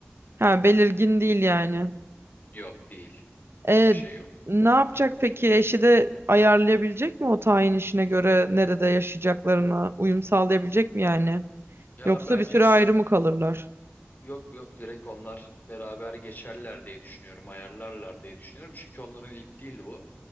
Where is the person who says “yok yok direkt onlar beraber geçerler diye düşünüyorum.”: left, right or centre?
Left